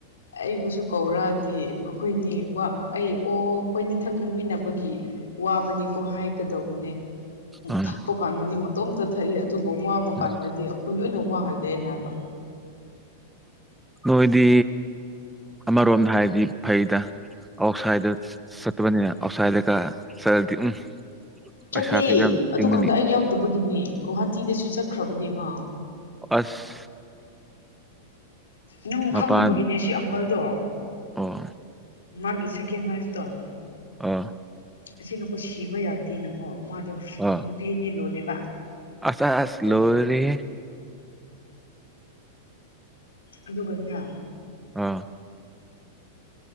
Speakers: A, on the left; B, in the centre.
A: ꯑꯩꯕꯨꯁꯨ ꯀꯧꯔꯛꯗꯤ ꯑꯩꯈꯣꯏꯅꯤ ꯑꯩ ꯑꯣ ꯑꯩꯈꯣꯏꯅꯤꯊꯛ ꯅꯛꯃꯤꯟꯅꯕꯒꯤ ꯋꯥꯕꯅꯤꯀꯣ ꯍꯥꯏꯒꯗꯧꯕ
B: ꯎꯝ
A: ꯊꯛꯄ ꯀ ꯃꯇꯣꯝꯇ ꯊꯛꯏ ꯑꯗꯨꯒ ꯋꯥꯕ ꯀꯥꯟꯗꯗꯤ
B: ꯎꯝ
A: ꯑꯩꯈꯣꯏ ꯂꯣꯏꯅ ꯋꯥ ꯍꯜꯗꯦ ꯕ
B: ꯅꯣꯏꯗꯤ ꯑꯃꯔꯣꯝꯗ ꯍꯥꯏꯔꯗꯤ ꯐꯩꯗ ꯑꯣ ꯑꯁꯗ ꯁꯠꯕꯅꯤ ꯑꯁꯥꯏꯗ ꯀ ꯁꯗꯤ ꯎꯝ
A: ꯆꯠꯂꯦ
B: ꯄꯩꯁꯥꯁꯨ ꯌꯥꯝ
A: ꯑꯗꯨ
B: ꯇꯤꯡꯒꯅꯤ
A: ꯀꯥꯟꯗ ꯑꯩ ꯌꯥꯎꯗꯕꯒꯤꯅꯦ ꯒꯨꯍꯥꯇꯤꯗꯁꯨ ꯆꯠꯈ꯭ꯔꯕꯅꯦꯃ
B: ꯑꯁ
A: ꯅꯪ
B: ꯃꯄꯥꯟ
A: ꯈꯪꯗꯕꯒꯤꯅꯦ ꯁꯤ ꯑꯪꯀꯜꯗꯣ
B: ꯑꯣ
A: ꯃꯥꯒꯤ ꯁꯦꯀꯦꯟ ꯃꯔꯁ ꯠꯇꯣꯡ
B: ꯑ
A: ꯑꯁꯤꯅꯀꯣ ꯁꯤꯕ ꯌꯥꯗꯦꯅꯀꯣ ꯃꯥ ꯑꯗꯣ
B: ꯑꯥ
A: ꯅꯨꯄꯤ ꯑꯅꯤ ꯂꯣꯜꯂꯕ
B: ꯑꯁ ꯑꯁ
A: ꯑꯗꯣ
B: ꯂꯣꯏꯔꯦꯍꯦ
A: ꯑꯗꯨ ꯀꯅ
B: ꯑꯥ